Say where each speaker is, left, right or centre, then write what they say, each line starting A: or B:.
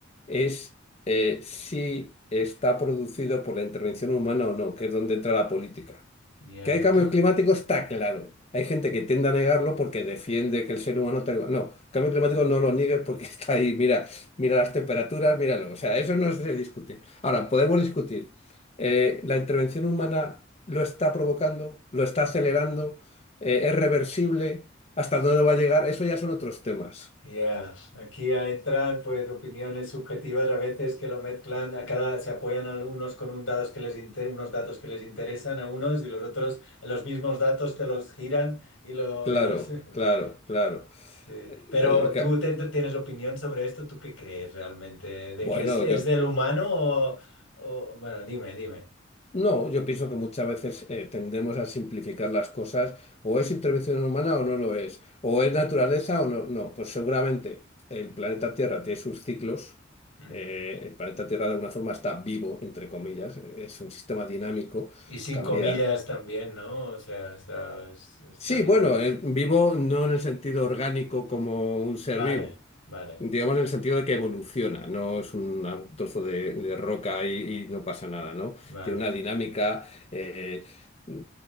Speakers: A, on the left; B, on the left.
A: es eh, si está producido por la intervención humana o no, que es donde entra la política.
B: Ya,
A: Que hay
B: ¿y
A: cambios
B: tú?
A: climáticos está claro. Hay gente que tiende a negarlo porque defiende que el ser humano... tal- No, cambio climático no lo niegues porque <laughs> está ahí. Mira, mira las temperaturas, míralo. O sea, eso no se discute. Ahora, podemos discutir. eh, ¿la intervención humana lo está provocando? ¿Lo está acelerando? Eh, ¿es reversible? ¿Hasta dónde va a llegar? Eso ya son otros temas.
B: Ya, Aquí ya entran pues opiniones subjetivas a veces que lo mezclan, a cada se apoyan a unos con un datos que les inte- unos datos que les interesan a unos y los otros los mismos datos te los giran y lo
A: Claro,
B: y los <laughs>
A: claro, claro.
B: Sí.
A: Eh,
B: Pero
A: el ca-
B: tú te- tienes opinión sobre esto, ¿tú qué crees realmente? ¿De
A: Bueno,
B: que es, es
A: yo...
B: del humano o, o- bueno, dime, dime.
A: No, yo pienso que muchas veces eh, tendemos a simplificar las cosas. O es intervención humana o no lo es. O es naturaleza o no. No, pues seguramente el planeta Tierra tiene sus ciclos.
B: Ujú.
A: eh, el planeta Tierra de alguna forma está vivo, entre comillas. eh, Es un sistema dinámico,
B: Y cinco
A: cambia.
B: millas también, ¿no? O sea, está, está
A: Sí,
B: vivo.
A: bueno, eh, vivo no en el sentido orgánico como un ser
B: Vale,
A: vivo.
B: vale,
A: Digamos en el sentido de que evoluciona, no es un trozo de, de roca y, y no pasa nada, ¿no?
B: vale.
A: Tiene una dinámica, eh, mm,